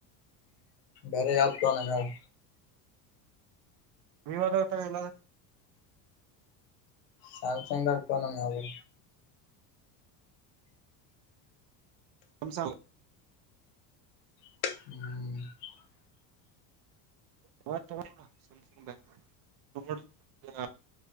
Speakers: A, on the left (about 80°); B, on the right (about 50°).
A: ಬೇರೆ ಯಾವ ಫೋನ್ ಹಾ ಹೇಳು
B: ವಿವೊ ಆದರೂ ತಗೋ ಎಳೆದರೂ
A: ಸ್ಯಾಮಸಂಗ್ ಪೋನ್ ಯಾವದೂ
B: ಸ್ಯಾಮ್ಸಂಗ್
A: ಹ್ಮ್
B: ಪೋನ್ ತಗೋ ಸುಮ್ಮ ಸುಮ್ಮನೆ <unintelligible>